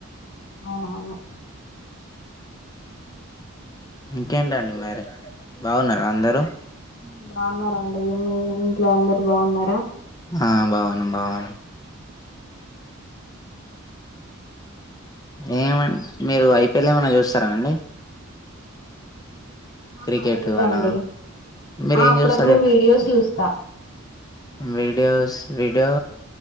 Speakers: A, on the left; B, on the left.
A: అవునవును
B: ఇంకేంటండి మరి బాగున్నారా అందరూ
A: ఆ బాగున్నారండి మీ ఇంట్లో అందరు బాగున్నారా
B: ఆ బాగున్నాం బాగానే ఏమడి మీరు ఐపీఎల్ ఏమనా చూస్తారా అండి
A: ఆహా
B: క్రికెట్
A: లేదండి
B: అలా మీరు
A: ఆ
B: ఏం
A: అప్పుడప్పుడు
B: చూస్తారు చెప్పండి
A: వీడియోస్ చూస్తా
B: వీడియోస్ వీడియో